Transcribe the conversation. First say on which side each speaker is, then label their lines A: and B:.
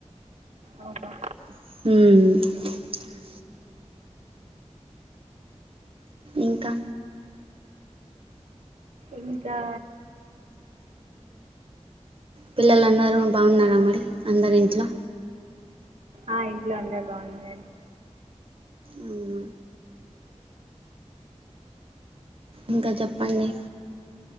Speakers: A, on the right; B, on the right.
A: అవును
B: ఉమ్ ఇంకా
A: ఇంకా
B: పిల్లలు అందరు బాగున్నారా మరి అందరు ఇంట్లో
A: ఆ ఇంట్లో అందరూ బాగున్నారండి
B: ఉం ఇంకా చెప్పండి